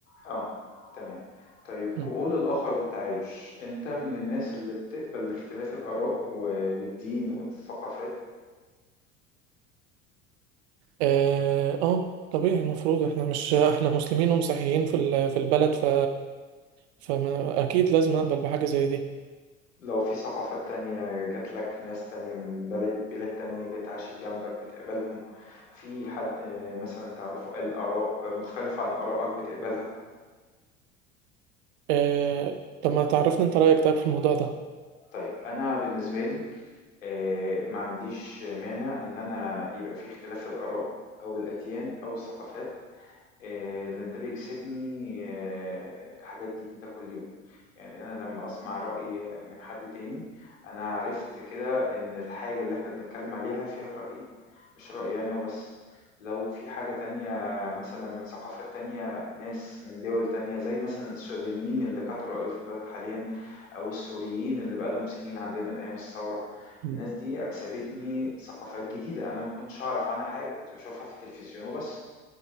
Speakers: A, on the left (about 75°); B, on the right (about 55°).
A: اه تمام طيب
B: ده
A: قبول الآخر والتعايش انت من الناس اللي بتقبل اختلاف الآراء و- والدين والثقافات
B: اه آه، طبيعي المفروض احنا مش احنا مسلمين ومسيحيين في ال- في البلد ف فما اكيد لازم اقبل بحاجه زي دي
A: لو في ثقافات تانية جات لك ناس تانية من بلد بلاد تانية جت عاشت جنبك بتقبلهم في حد آه، مثلا تعرفه قال آراء آه، مختلفة عن آرائك بتقبلها
B: آه... طب ما تعرفني انت رايك طيب في الموضوع ده
A: طيب أنا بالنسبة لي آه، ما عنديش مانع إن أنا يبقى في اختلاف في الآراء أو الأديان أو الثقافات آه، لأن ده بيكسبني آه، حاجات جديدة كل يوم يعني أنا لما أسمع رأي من حد تاني أنا عرفت كده إن الحاجة اللي إحنا بنتكلم عليها فيها رأيين مش رأيي أنا وبس لو في حاجة تانية مثلا من ثقافات تانية ناس من دول تانية زي مثلا السودانيين اللي كتروا أوي في البلد حاليا أو السوريين اللي بقالهم سنين عندنا من أيام الثورة
B: مم.
A: الناس دي أكسبتني ثقافات جديدة أنا ما كنتش أعرف عنها حاجة كنت بشوفها في التلفزيون وبس